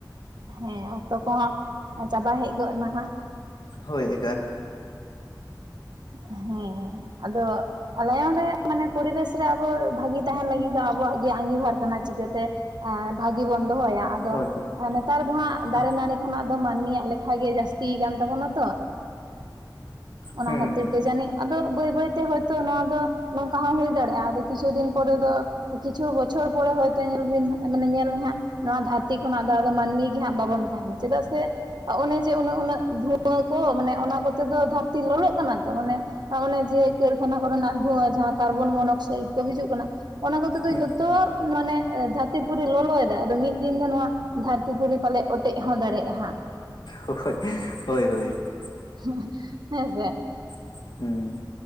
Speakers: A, on the right; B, on the left.
A: ᱦᱮᱸ ᱚᱠᱛᱚ ᱠᱚᱦᱚᱸ ᱪᱟᱵᱟ ᱦᱮᱡ ᱜᱚᱫ ᱱᱟᱦᱟᱜ᱾
B: ᱦᱳᱭ ᱮᱠᱟ ᱾
A: ᱦᱮᱸ ᱟᱫᱚ ᱟᱞᱮ ᱦᱚᱸᱞᱮ ᱢᱟᱱᱮ ᱯᱚᱨᱤᱵᱮᱥ ᱨᱮ ᱟᱵᱚ ᱵᱷᱟᱹᱜᱤ ᱛᱟᱦᱮᱱ ᱞᱟᱹᱜᱤᱫ ᱫᱚ ᱟᱵᱚᱣᱟᱜ ᱜᱮ ᱟᱸᱜᱤᱵᱷᱟᱨ ᱠᱟᱱᱟ ᱪᱤᱠᱟᱹ ᱛᱮ ᱮᱸ ᱵᱷᱟᱜᱤ ᱵᱚᱱ ᱫᱚᱦᱚᱭᱟ ᱟᱫᱚ
B: ᱦᱳᱭ ᱦᱳᱭ
A: ᱮᱸ ᱱᱮᱛᱟᱨ ᱫᱚ ᱦᱟᱸᱜ ᱫᱟᱨᱮ
B: ᱦᱩᱸ
A: ᱱᱟᱹᱲᱤ ᱠᱷᱚᱱᱟᱜ ᱫᱚ ᱢᱟᱹᱱᱢᱤᱭᱟᱜ ᱞᱮᱠᱷᱟ ᱜᱮ ᱡᱟᱥᱛᱤᱭ ᱠᱟᱱ ᱛᱟᱵᱚᱱᱟ ᱛᱚ ᱚᱱᱟ
B: ᱦᱩᱸ
A: ᱦᱚᱛ
B: ᱦᱩᱸ
A: ᱡᱟᱱᱤᱡ ᱟᱫᱚ ᱵᱟᱹᱭ ᱵᱟᱹᱭ ᱛᱮ ᱦᱚᱭᱛᱳ ᱱᱚᱣᱟ ᱫᱚ ᱱᱚᱝᱠᱟ ᱦᱚᱸ ᱦᱩᱭ ᱫᱟᱲᱮᱭᱟᱜ-ᱟ ᱟᱫᱚ ᱠᱤᱪᱷᱩ ᱫᱤᱱ ᱯᱚᱨᱮ ᱫᱚ ᱠᱤᱪᱷᱩ ᱵᱚᱪᱷᱚᱨ ᱯᱚᱨᱮ ᱦᱚᱭᱛᱳ ᱧᱮᱞ ᱵᱤᱱ ᱢᱟᱱᱮ ᱧᱮᱞ ᱢᱮ ᱦᱟᱸᱜ ᱱᱚᱣᱟ ᱫᱷᱟᱹᱨᱛᱤ ᱠᱷᱚᱱ ᱟᱫᱚ ᱟᱫᱚ ᱢᱟᱹᱱᱢᱤ ᱜᱮ ᱦᱟᱸᱜ ᱵᱟᱵᱚᱱ ᱛᱟᱦᱮᱱᱟ, ᱪᱮᱫᱟᱜ ᱥᱮ? ᱟ ᱚᱱᱮ ᱡᱮ ᱩᱱᱟᱹᱜ ᱩᱱᱟᱹᱜ ᱫᱷᱩᱣᱟᱹ ᱠᱚ ᱢᱟᱱᱮ ᱚᱱᱟ ᱠᱚᱛᱮ ᱫᱚ ᱫᱷᱟᱹᱨᱛᱤ ᱞᱚᱞᱚᱜ ᱠᱟᱱᱟ᱾ ᱛᱚ ᱚᱱᱮ ᱚᱱᱮ ᱡᱮ ᱠᱟᱹᱨᱠᱷᱟᱱᱟ ᱠᱚ ᱨᱮᱱᱟᱜ ᱫᱷᱩᱣᱟᱹ ᱡᱟᱦᱟᱸ ᱠᱟᱨᱵᱚᱱᱢᱚᱱ ᱚᱠᱥᱟᱭᱤᱰ᱾ ᱠᱚ ᱦᱤᱡᱩᱜ ᱠᱟᱱᱟ ᱚᱱᱟ ᱠᱚᱛᱮ ᱫᱚ
B: ᱦᱩᱸ
A: ᱡᱷᱚᱛᱚ ᱢᱟᱱᱮ ᱫᱷᱟᱛ ᱫᱷᱟᱹᱨᱛᱤ ᱯᱩᱨᱤ ᱞᱚᱞᱚᱭ ᱮᱫᱟᱭ ᱟᱫᱚ ᱢᱤᱫ ᱫᱤᱱ ᱫᱚ ᱱᱚᱣᱟ ᱫᱷᱟᱹᱨᱛᱤ ᱯᱩᱨᱤ ᱯᱟᱞᱮᱜ ᱚᱴᱮᱡ ᱦᱚᱸ ᱫᱟᱲᱮᱭᱟᱜᱼᱟ ᱦᱟᱸᱜ ᱾
B: ᱦᱳᱦᱳᱭ ᱦᱳᱭ ᱦᱳᱭ ᱾
A: ᱦᱮᱸ ᱦᱮᱸ ᱥᱮ?
B: ᱦᱮᱸ ᱾